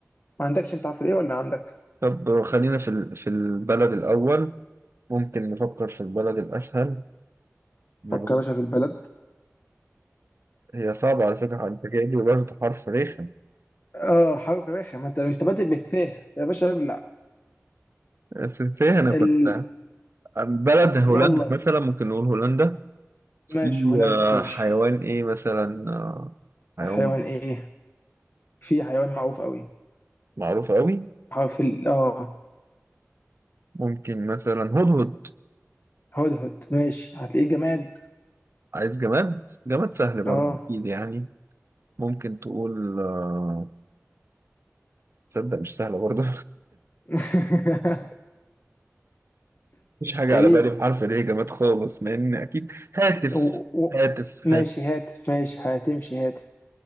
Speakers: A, on the left; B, on the right.
A: ما عندكش انت حرف الايه ولا عندك
B: طب خلينا في ال- في البلد الاول ممكن نفكر في البلد الاسهل نقول-
A: فكر يا باشا في البلد
B: هي صعبة على فكرة انت جايب لي برضه حرف رخم
A: اه حرف رخم ما انت انت بادئ بالثاء يا باشا ابلع
B: بس فيها انا
A: ال...
B: كنت فاهم بلد هولندا
A: يلا
B: مثلا ممكن نقول هولندا في
A: ماشي هولندا
B: آه،
A: تمشي
B: حيوان ايه مثلا آه، حيوان
A: حيوان ايه في حيوان معروف قوي
B: معروف قوي
A: حرف ال اه
B: ممكن مثلا هدهد
A: هدهد ماشي هتلاقيه جماد
B: عايز جماد جماد سهل برضه
A: اه
B: اكيد يعني ممكن تقول آه، تصدق مش سهلة برضه
A: <laughs>
B: <laughs> مش حاجة
A: ايه
B: على بالي بحرف ليه جامد خالص مع إن أكيد هاتف
A: و... و...
B: هاتف
A: ماشي
B: هاتف
A: هات ماشي هتمشي هات